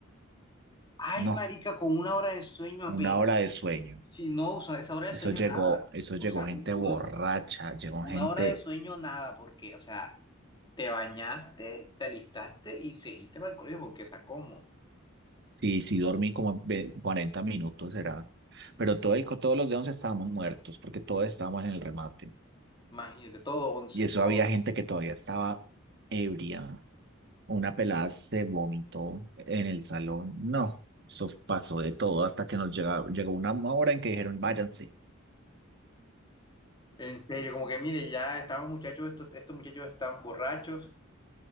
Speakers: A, on the left; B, on the right.
A: Ay,
B: No,
A: marica, con una hora de sueño apenas.
B: una hora de sueño.
A: Si no, o sea, esa hora
B: Eso
A: de sueño
B: llegó,
A: nada.
B: eso llegó
A: O sea,
B: gente
A: u-
B: borracha,
A: una,
B: llegó
A: Una
B: gente
A: hora de sueño, nada, porque, o sea, te bañaste, te alistaste y seguiste para el colegio, porque, o sea, ¿cómo?
B: Sí, sí, dormí como ve- 40 minutos, era. Pero todo el, co- todos los de 11 estábamos muertos, porque todos estábamos en el remate.
A: Imagínate, todo once,
B: Y eso
A: todo.
B: había gente que todavía estaba ebria. Una pelada se vomitó en el salón. No, eso pasó de todo hasta que nos llegaba, llegó una hora en que dijeron, váyanse.
A: En serio, como que, mire, ya estamos muchachos, estos, estos muchachos están borrachos.